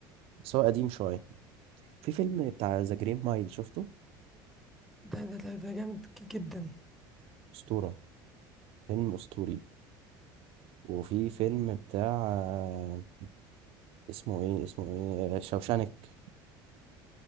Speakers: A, on the right (about 60°); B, in the centre.
A: بس هو قديم شوية في فيلم بتاع ذا جرين مايل شفته
B: ده ده ده, ده جامد ك- جدا
A: أسطورة فيلم أسطوري وفي فيلم بتاع آه، اسمه ايه اسمه ايه شوشانك